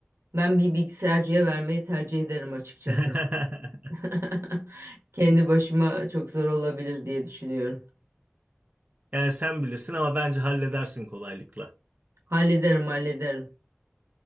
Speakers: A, on the right (about 75°); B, on the right (about 35°).
A: Ben bir bilgisayarcıya vermeyi tercih ederim açıkçası.
B: <laughs>
A: <laughs> Kendi başıma çok zor olabilir diye düşünüyorum.
B: Yani sen bilirsin ama bence halledersin kolaylıkla.
A: Hallederim hallederim.